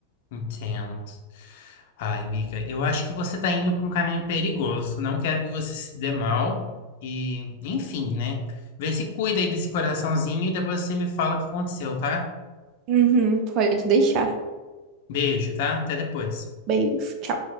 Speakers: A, on the left; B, on the right.
A: entendo. Ai, amiga, eu acho que você tá indo para um caminho perigoso. Não quero que você se dê mal. E, enfim, né? Vê se cuida aí desse coraçãozinho e depois você me fala o que aconteceu, tá?
B: Uhum, pode deixar.
A: Beijo, tá? Até depois.
B: Beijo. tchau.